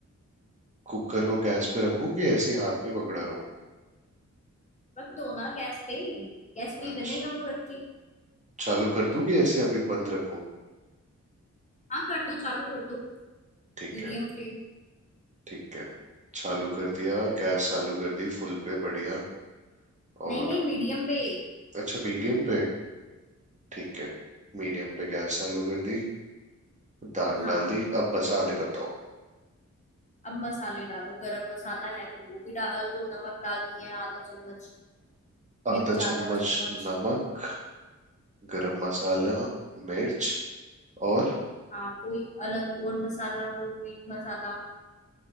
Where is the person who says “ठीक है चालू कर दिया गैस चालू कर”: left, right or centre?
Right